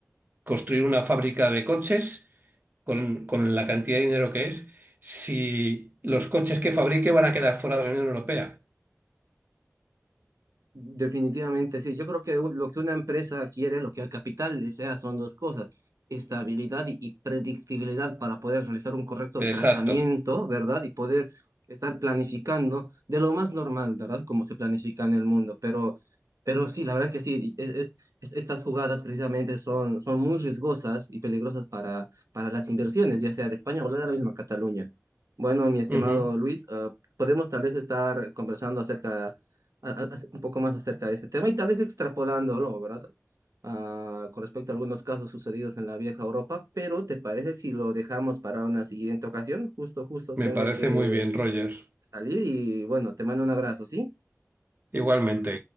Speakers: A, on the right; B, on the right.
A: construir una fábrica de coches con, con la cantidad de dinero que es si los coches que fabrique van a quedar fuera de la Unión Europea?
B: Definitivamente, sí. Yo creo que u- lo que una empresa quiere, lo que el capital desea, son dos cosas, estabilidad y y predictibilidad para poder realizar un correcto
A: Exacto.
B: trazamiento, ¿verdad? Y poder estar planificando de lo más normal, ¿verdad? Como se planifica en el mundo. Pero, pero sí, la verdad que sí, e- e- est- estas jugadas precisamente son, son muy riesgosas y peligrosas para, para las inversiones, ya sea de España o de la misma Cataluña. Bueno, mi estimado
A: Ujú.
B: Luis, ah, podemos tal vez estar conversando acerca a- a- un poco más acerca de este tema y tal vez extrapolándolo, ¿verdad? ah, con respecto a algunos casos sucedidos en la vieja Europa, pero ¿te parece si lo dejamos para una siguiente ocasión? Justo, justo,
A: Me
B: tengo
A: parece
B: que
A: muy bien, Rogers.
B: salir y bueno, te mando un abrazo, ¿sí?
A: Igualmente.